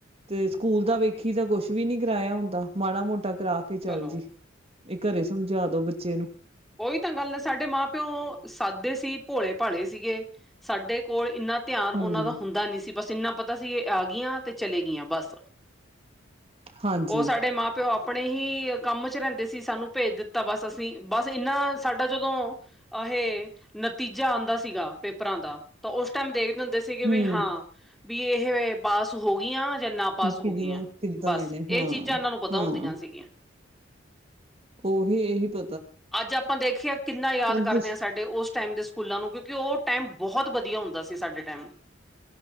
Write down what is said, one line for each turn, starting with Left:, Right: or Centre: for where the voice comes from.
Right: ਤੇ ਸਕੂਲ ਦਾ ਵੇਖੀ ਦਾ ਕੁੱਛ ਵੀ ਨੀ ਕਰਾਇਆ ਹੁੰਦਾ ਮਾੜਾ ਮੋਟਾ ਕਰਾ ਕੇ ਚੱਲ
Centre: ਚਲੋ
Right: ਜੀ ਐ ਘਰੇ ਸਮਝਾ ਦੋ ਬੱਚੇ ਨੂੰ
Centre: ਓਈ ਤਾਂ ਗੱਲ ਏ ਸਾਡੇ ਮਾਂ ਪਿਓ ਸਾਦੇ ਸੀ ਭੋਲੇ ਭਾਲੇ ਸੀਗੇ ਸਾਡੇ ਕੋਲ ਇੰਨਾ ਧਿਆਨ
Right: ਹੂੰ
Centre: ਉਨਾਂ ਦਾ ਹੁੰਦਾ ਨੀ ਸੀ ਬਸ ਇੰਨਾ ਪਤਾ ਸੀ ਇਹ ਆ ਗੀਆਂ ਤੇ ਚਲੇ ਗਈਆਂ ਬਸ
Right: ਹਾਂਜੀ
Centre: ਉਹ ਸਾਡੇ ਮਾਂ ਪਿਓ ਆਪਣੇ ਹੀ ਕੰਮ ਚ ਰੈਂਦੇ ਸੀ ਸਾਨੂੰ ਭੇਜ ਦਿੱਤਾ ਬਸ ਅਸੀਂ ਬਸ ਇੰਨਾ ਸਾਡਾ ਜਦੋਂ ਅਹੇ ਨਤੀਜਾ ਆਉਂਦਾ ਸੀਗਾ ਪੇਪਰਾਂ ਦਾ ਤਾਂ ਉਸ ਟਾਈਮ ਦੇਖਦੇ ਹੁੰਦੇ ਸੀਗੇ ਵੀ
Right: ਹੂੰ
Centre: ਹਾਂ ਬੀ ਏਹੇ ਪਾਸ ਹੋ ਗਈਆਂ ਜਾਂ ਨਾ ਪਾਸ ਹੋ
Right: ਕਿਦੀਆਂ
Centre: ਗਈਆਂ
Right: ਕਿੱਦਾਂ
Centre: ਬਸ
Right: ਆਏ ਨੇ
Centre: ਇਹ
Right: ਹਾਂ
Centre: ਚੀਜ਼ਾਂ ਇਹਨਾਂ ਨੂੰ ਪਤਾ
Right: ਹਾਂ
Centre: ਹੁੰਦੀਆਂ ਸੀਗੀਆਂ
Right: ਉਹੀ ਇਹੀ ਪ
Centre: ਅੱਜ ਆਪਾਂ ਦੇਖੀਏ ਕਿੰਨਾ ਯਾਦ ਕਰਦੇ
Right: ਤੇ।
Centre: ਹਾਂ ਸਾ ਉਸ ਟਾਈਮ ਦੇ ਸਕੂਲਾਂ ਨੂੰ ਕਿਉਂਕਿ ਉਹ ਟਾਈਮ ਬਹੁਤ ਵਧੀਆ ਹੁੰਦਾ ਸੀ ਸਾਡੇ ਟਾਈਮ